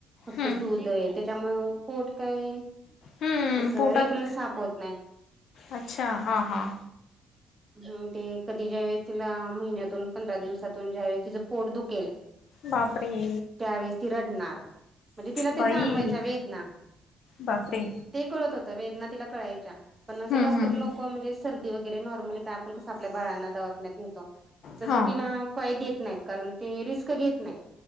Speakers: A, on the right; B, on the left.
A: फक्त
B: हम्म
A: दूध आहे त्याच्यामुळं पोट काय?
B: हम्म
A: असं
B: पोटात
A: रेग्युलर साफ होत नाही?
B: अच्छा हा हा
A: हम्म ते कधी ज्या वेळेस तिला महिन्यातून पंधरा दिवसातून ज्या वेळेस तिचं पोट दुखेल
B: बापरे
A: त्यावेळेस ती रडणार म्हणजे तिला ते
B: बाई
A: जाणवाय च्या वेदना
B: बापरे
A: ते कळत होत वेदना तिला कळायच्या पण अस
B: हम्म
A: डाॅक्टर
B: हम्म
A: लोक म्हणजे अस सर्दी वगैरे नॉर्मली काय आपण कसं आपल्या बाळांना दवाखान्यात नेतो तस
B: हा
A: तिला काही देत नाहीत, कारण ते रिस्क घेत नाहीत.